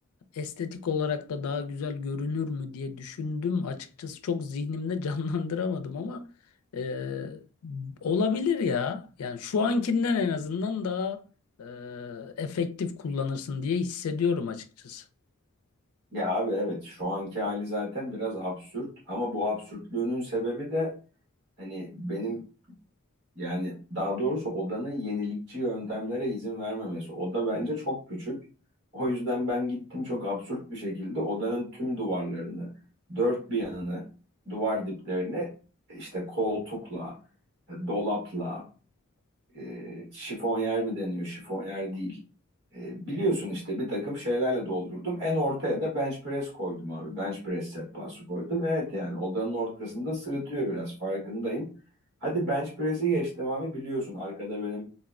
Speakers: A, on the left; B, on the right.
A: estetik olarak da daha güzel görünür mü diye düşündüm. Açıkçası çok zihnimde <laughs> canlandıramadım ama e, olabilir ya. Yani şu ankinden en azından daha e, efektif kullanırsın diye hissediyorum açıkçası.
B: Ya abi evet şu anki hali zaten biraz absürt ama bu absürtlüğünün sebebi de hani benim Yani daha doğrusu odanın yenilikçi yöntemlere izin vermemesi. Oda bence çok küçük. O yüzden ben gittim çok absürt bir şekilde odanın tüm duvarlarını, dört bir yanını, duvar diplerini işte koltukla, e, dolapla, e, şifonyer mi deniyor, şifonyer değil. E, biliyorsun işte bir takım şeylerle doldurdum. En ortaya da bench press koydum abi. Bench press sehpası koydum. Evet yani odanın ortasında sırıtıyor biraz farkındayım. Hadi bench press'i geçtim abi biliyorsun. Arkada benim